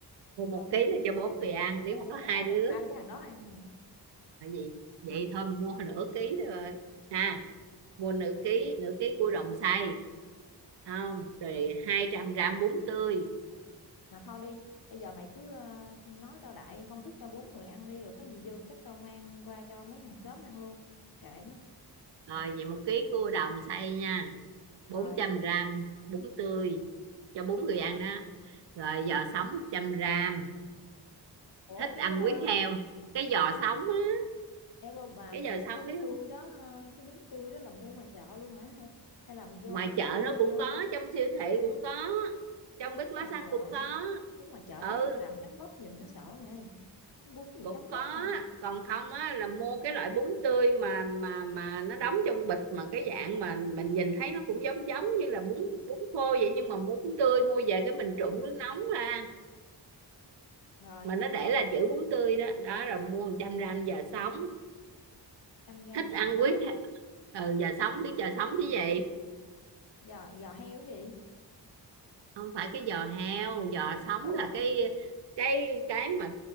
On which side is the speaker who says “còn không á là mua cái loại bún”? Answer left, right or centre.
Right